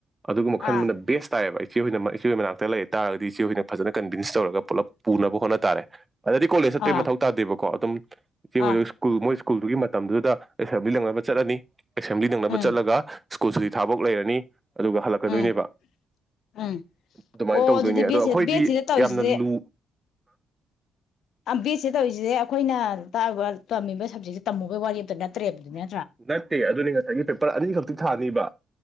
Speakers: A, on the right (about 20°); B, on the left (about 75°).
A: ꯑꯗꯨꯒꯨꯝꯕ ꯈꯟꯕ
B: ꯑꯥ
A: ꯕꯦꯁ ꯇꯥꯏꯌꯦꯕ ꯑꯩꯦ ꯏꯆꯦ ꯈꯣꯏ ꯅꯥꯛꯇ ꯂꯩꯔ ꯇꯔꯒꯗꯤ ꯏꯆꯦ ꯑꯩꯈꯣꯏꯅ ꯐꯖꯅ ꯀꯟꯚꯤꯟꯁ ꯇꯧꯔꯒ ꯄꯨꯂꯞ ꯄꯨꯅꯕ ꯍꯣꯠꯅ ꯇꯔꯦ ꯑꯗꯨꯗꯗꯤ ꯀꯣꯂꯦꯖ ꯆꯠꯇꯣꯏ
B: ꯑꯥ
A: ꯃꯊꯧ ꯌꯥꯗꯦꯕꯀꯣ ꯑꯗꯨꯝ
B: ꯑꯥ
A: ꯁꯀꯨꯜ ꯃꯣꯏ ꯁ꯭ꯀꯨꯜꯗꯨꯒꯤ ꯃꯇꯝꯗꯨꯗ ꯑꯦꯁꯦꯝꯕ꯭ꯂꯤ ꯂꯪꯅꯕ ꯆꯠꯂꯅꯤ ꯑꯦꯁꯦꯝꯕ꯭ꯂꯤ ꯅꯪꯅꯕ
B: ꯎꯝ
A: ꯆꯠꯂꯒ ꯁ꯭ꯀꯨꯜꯁꯨꯗꯤ ꯊꯕꯛ ꯂꯩꯔꯅꯤ ꯑꯗꯨꯒ ꯍꯜꯂꯛꯀꯗꯣꯏꯅꯦꯕ
B: ꯎꯝ ꯎꯝ
A: ꯑꯗꯨꯃꯥꯏꯅ
B: ꯑꯣ
A: ꯇꯧꯗꯣꯏꯅꯦ
B: ꯑꯗꯨꯗꯤ
A: ꯑꯗꯣ
B: ꯕꯦꯠꯁꯦ
A: ꯑꯩꯈꯣꯏꯗꯤ
B: ꯕꯦꯠꯁꯤꯗ ꯇꯧꯔꯤꯁꯤꯗꯤ
A: ꯌꯥꯝꯅ ꯂꯨ
B: ꯑ ꯕꯤ ꯑꯦꯠꯁꯦ ꯇꯧꯔꯤꯁꯤꯁꯦ ꯑꯩꯈꯣꯏꯅ ꯇꯥꯛꯏꯕ ꯇꯝꯃꯤꯕ ꯁꯞꯖꯦꯛꯁꯦ ꯇꯝꯃꯨꯕꯒꯤ ꯋꯥꯔꯦꯞꯇ ꯅꯠꯇ꯭ꯔꯦꯕꯗꯨꯅ
A: ꯅꯠꯇꯦ ꯑꯗꯨꯅꯤ ꯉꯁꯥꯏꯒꯤ ꯄꯦꯄꯔ ꯑꯅꯤꯈꯛꯇꯤ ꯊꯥꯅꯤꯕ